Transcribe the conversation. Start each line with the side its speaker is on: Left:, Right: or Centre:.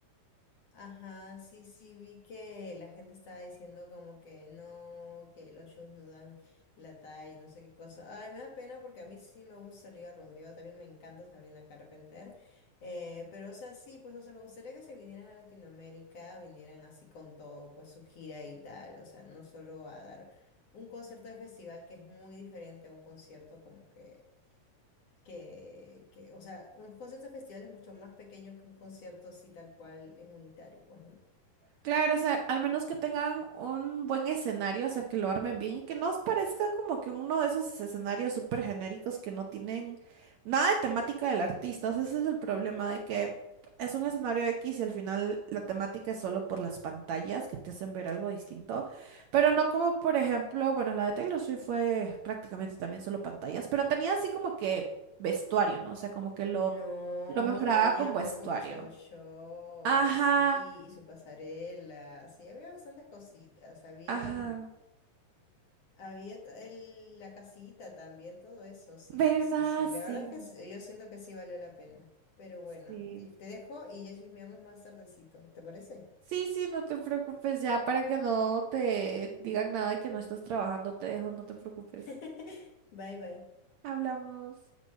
Left: Ajá, sí, sí, vi que la gente estaba diciendo como que no, que los shows no dan la talla y no sé qué cosa. Ay, me da pena porque a mí sí me gusta Olivia Rodrigo, también me encanta Sabrina Carpenter. eh, pero, o sea, sí, pues, o sea, me gustaría que se vinieran a Latinoamérica, vinieran así con todo, pues su gira y tal. O sea, no solo a dar un concierto de festival que es muy diferente a un concierto como que que, que, o sea, un concierto de festival es mucho más pequeño que un concierto así tal cual en unitario, pues, ¿no?
Right: Claro, o sea, al menos que tengan un buen escenario, o sea, que lo armen bien y que no os parezca como que uno de esos escenarios súper genéricos que no tienen nada de temática del artista. O sea, ese es el problema de que es un escenario X y al final la temática es solo por las pantallas que te hacen ver algo distinto, pero no como, por ejemplo, bueno, la de Taylor Swift fue prácticamente también solo pantallas, pero tenía así como que vestuario, ¿no? O sea, como que lo,
Left: No,
Right: lo mejoraba
Left: tenía
Right: con
Left: mucho
Right: vestuario.
Left: show,
Right: Ajá,
Left: sí, y su pasarela, sí, había bastantes cositas, había,
Right: ajá.
Left: mm, había ta- el- la casita también, todo eso, sí,
Right: ¿Verdad?
Left: sí, sí, sí,
Right: Sí,
Left: la verdad es que s- yo siento que sí valió la pena, pero bueno,
Right: sí.
Left: Tiff, te dejo y ya chismeamos más tardecito, ¿te parece?
Right: Sí, sí, no te preocupes ya para que no te digan nada de que no estás trabajando, te dejo, no te preocupes.
Left: <laughs> Bye, bye.
Right: Hablamos.